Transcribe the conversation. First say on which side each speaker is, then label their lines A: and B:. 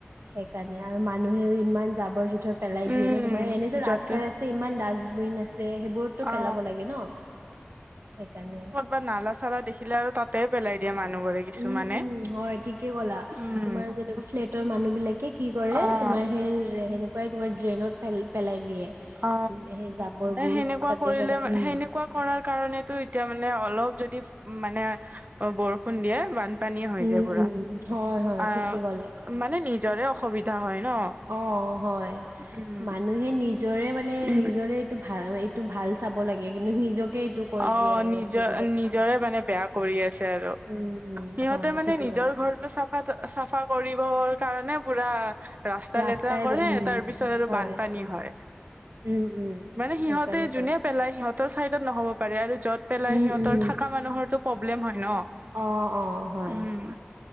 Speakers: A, on the right; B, on the right.
A: সেইকাৰণে আৰু মানুহেও ইমান জাবৰ জোথৰ পেলাই
B: উম
A: দিয়ে ন তোমাৰ এনেতো ৰাস্তাই
B: যতে
A: ৰাস্তা তে ইমান ডাষ্টবিন আছে সেইবোৰতো
B: অ
A: পেলাব লাগে ন, সেইকাৰণে।
B: বা নালা চালা দেখিলে আৰু তাতে পেলাই দিয়ে মানুহবোৰে। কিছুমানে
A: উম উম হয় ঠিকেই ক'লা।
B: উম
A: তোমাৰ যেনেকুৱা ফ্লেটৰ মানুহ বিলাকে কি কৰে
B: অ
A: তোমাৰ সেই <unintelligible> কুৱাই তোমাৰ ড্ৰেইনত পেল পেলাই দিয়ে।
B: অ,
A: উম, সেই জাবৰবোৰ
B: এ হেনেকুৱা
A: তাতে
B: কৰিলে
A: পেলাই উম,
B: হেনেকোৱা কৰাৰ কাৰণেটো এতিয়া মানে অলপ যদি মানে বৰষুণ দিয়ে বান পানী হৈ
A: উম,
B: যাই পুৰা,
A: উম, হয়, হয়
B: আহ
A: ঠিকে ক'লে।
B: মানে নিজৰে অসুবিধা হয় ন
A: অ হয়
B: উম
A: মানুহে নিজৰে মানে
B: উম
A: নিজৰে এইটো ভাল এইটো ভাল চাব লাগে কিন্তু নিজকে এইটো কৰি
B: অ
A: দিয়ে আৰু
B: নিজৰ
A: অসুখ
B: নিজৰে মানে বেয়া কৰি আছে আৰু,
A: উম, উম,
B: সিহঁতে
A: হয়
B: মানে
A: ঠিকে
B: নিজৰ
A: ক'লা।
B: ঘৰটো চাফা কৰিবৰ কাৰণে পুৰা ৰাস্তা
A: ৰাস্তাই
B: লেতেৰা কৰে
A: উম,
B: তাৰ পিছত আৰু
A: হয়
B: বানপানী হয়
A: উম উম।
B: মানে সিহঁতে
A: সেইকাৰণেতো
B: যোনে পেলাই সিহঁতৰ চাইডত নহ'ব পাৰে আৰু যত পেলাই
A: উম,
B: সিহঁতৰ
A: উম।
B: থাকা মানুহৰটো প্ৰব্লেম হয় ন।
A: অ অ হয়।
B: উম